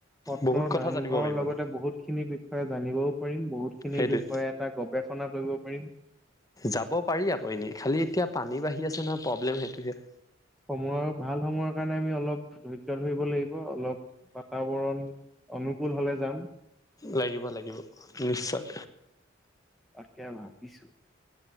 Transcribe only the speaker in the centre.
সত্ৰ
নামঘৰৰ
লগতে
বহুত খিনি বিষয়ে জানিবও পাৰিম বহুত। খিনিৰ
বিষয়ে এটা গৱেষণা কৰিব পাৰিম।
সময়ৰ ভাল সময়ৰ কাৰণে আমি অলপ ধৈৰ্য্য ধৰিব লাগিব অলপ বাতাবৰণ অনুকুল হলে যাম।
আৰু ক ভাবিছোঁ,